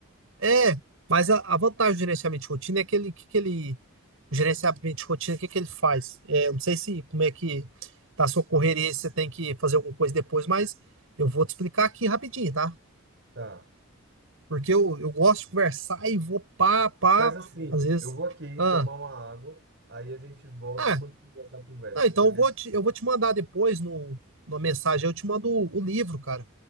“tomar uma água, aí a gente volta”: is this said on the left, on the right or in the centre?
Right